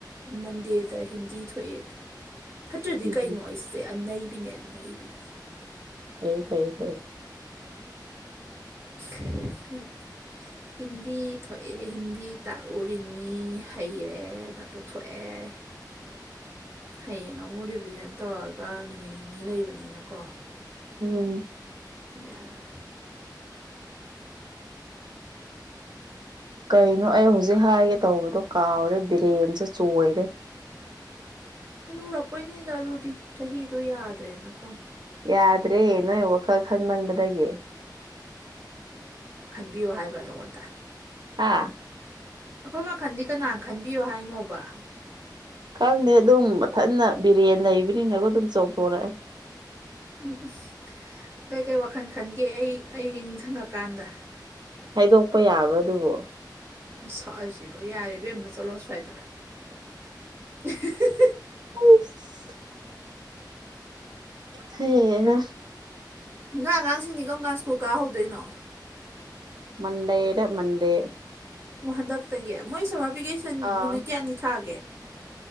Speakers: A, on the right (about 35°); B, on the right (about 70°).
A: ꯃꯟꯗꯦꯗ ꯍꯤꯟꯗꯤ ꯊꯣꯛꯑꯦ ꯐꯠꯇ꯭ꯔꯗꯤ
B: ꯎꯝ
A: ꯀꯩꯅꯣ ꯑꯩꯁꯦ ꯑꯟꯅꯩꯕꯤꯅꯦ ꯑꯟꯅꯩꯕꯤ
B: ꯐꯩ ꯐꯩ ꯐꯩ
A: <unintelligible> ꯍꯤꯟꯗꯤ ꯊꯣꯛꯑꯦ ꯍꯤꯟꯗꯤ ꯇꯥꯛꯎꯔꯤꯅꯤ ꯍꯩꯔꯦ ꯅ ꯇꯣꯛꯊꯣꯛꯑꯦ <inaudible> ꯍꯌꯦꯡ ꯑꯃꯨꯛ ꯔꯤꯚꯤꯖꯟ ꯇꯧꯔꯒ ꯅꯨꯃꯤꯠ ꯅꯤꯅꯤ ꯂꯩꯕꯅꯤꯅꯀꯣ
B: ꯎꯝ
A: ꯌꯥꯔꯦ
B: ꯀꯩꯅꯣ ꯑꯩ ꯍꯧꯖꯤꯛ ꯍꯥꯏꯒꯦ ꯇꯧꯕꯗꯣ ꯀꯥꯎꯔꯦ ꯕꯔꯦꯟꯁꯦ ꯆꯣꯏꯔꯦ
A: ꯍꯅꯨꯔꯛꯄꯩꯅꯤꯗ ꯑꯗꯨꯗꯤ ꯆꯍꯤꯗꯣ ꯌꯥꯗ꯭ꯔꯦꯅꯀꯣ
B: ꯌꯥꯗ꯭ꯔꯦ ꯅꯣꯏ ꯋꯥꯈꯜ ꯈꯟꯃꯟꯕꯗꯒꯤ
A: ꯕꯤꯌꯣ ꯍꯥꯏꯕ꯭ꯔꯥ ꯅꯉꯣꯟꯗ
B: ꯍꯥ
A: ꯑꯩꯈꯣꯏ ꯋꯥꯈꯜꯗꯤ ꯀꯅꯥ ꯈꯟꯕꯤꯌꯣ ꯍꯥꯏꯅꯣꯕ
B: ꯈꯪꯗꯦ ꯑꯗꯨꯝ ꯃꯊꯟꯅ ꯕꯤꯔꯦꯟ ꯂꯩꯕꯅꯤꯅꯀꯣ ꯑꯗꯨꯝ ꯆꯣꯡꯊꯣꯔꯛꯑꯦ
A: ꯎꯝ ꯎꯝ ꯀꯩꯀꯩ ꯋꯥꯈꯜ ꯈꯟꯒꯦ ꯑꯩ ꯑꯩ ꯅꯤꯡꯁꯤꯡꯉꯀꯥꯟꯗ
B: ꯍꯥꯏꯗꯣꯛꯄ ꯌꯥꯕ꯭ꯔꯥ ꯑꯗꯨꯕꯣ
A: ꯃꯁꯛꯑꯁꯤꯒ ꯌꯥꯔꯦ ꯏꯕꯦꯝꯃ ꯆꯠꯂꯣ ꯑꯁ꯭ꯋꯥꯏꯗ ꯑꯍꯤꯍꯤꯍꯤꯍꯤ
B: ꯑꯁ ꯍꯩꯍꯥ
A: ꯅꯪ ꯑꯉꯥꯡꯁꯤꯡꯗꯤ ꯀꯝ ꯀꯥꯟ ꯁ꯭ꯀꯨꯜ ꯀꯥꯍꯧꯗꯣꯏꯅꯣ
B: ꯃꯟꯗꯦꯗ ꯃꯟꯗꯦ
A: ꯑꯣ ꯍꯟꯗꯛꯇꯒꯤ ꯃꯣꯏ ꯁꯝꯃꯔ ꯚꯦꯀꯦꯁꯟ
B: ꯑꯥ
A: ꯅꯨꯃꯤꯠ ꯀꯌꯥꯅꯤ ꯊꯥꯒꯦ